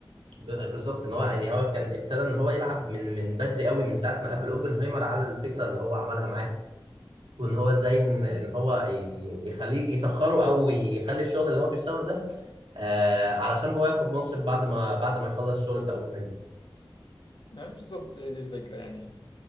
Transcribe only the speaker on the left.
بالظبط
يعني بالظبط هي دي الفكرة يعني